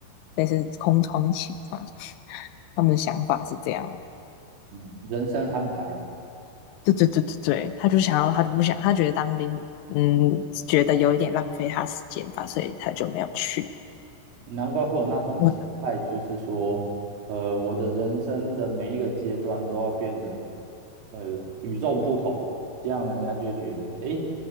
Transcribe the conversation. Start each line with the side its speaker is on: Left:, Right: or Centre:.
Left: 类似空窗期嘛。他们的想法是这样，
Right: 嗯人生安排啊。
Left: 对对对对对，他就想要，他就不想，他觉得当兵，嗯，觉得有一点浪费他时间吧，所以他就没有去。
Right: 难怪会有那种心态，
Left: 我
Right: 就是说，呃，我的人生的每一个阶段都要变得，呃，与众不同，这样人家就会觉得，诶，